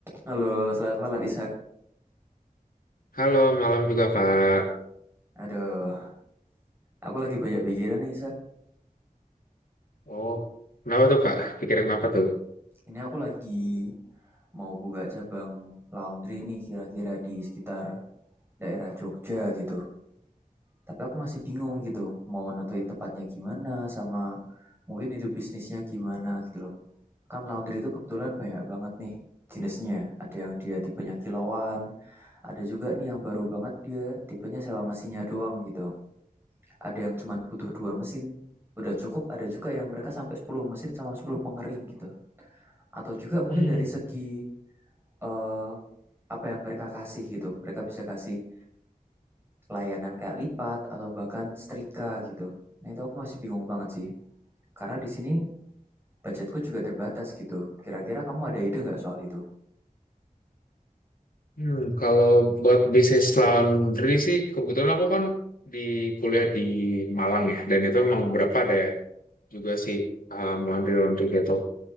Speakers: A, on the right; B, on the left.
A: Halo, selamat malam Ishak.
B: Halo, malam juga Kak.
A: Aduh, aku lagi banyak pikiran nih Ishak.
B: Oh, kenapa tuh Kak? Pikirin apa tuh?
A: Ini aku lagi mau buka cabang laundry nih kira-kira di sekitar daerah Jogja gitu. Tapi aku masih bingung gitu, mau nentuin tempatnya gimana sama mungkin ide bisnisnya gimana gitu loh. Kan laundry itu kebetulan banyak banget nih jenisnya. Ada yang dia tipenya kiloan, ada juga nih yang baru banget dia tipenya sewa mesinnya doang gitu. Ada yang cuma butuh 2 mesin, udah cukup, ada juga yang mereka sampai 10 mesin sama 10 pengering gitu. Atau juga mungkin
B: Hmm,
A: dari segi eh, apa yang mereka kasih gitu. Mereka bisa kasih layanan kayak lipat atau bahkan setrika gitu. Nah, itu aku masih bingung banget sih. Karena di sini budgetku juga terbatas gitu. Kira-kira kamu ada ide nggak soal itu?
B: hmm, kalau buat bisnis laundry sih, kebetulan aku kan di kuliah di Malang ya, dan itu memang beberapa ada juga sih um, laundry-laundry gitu.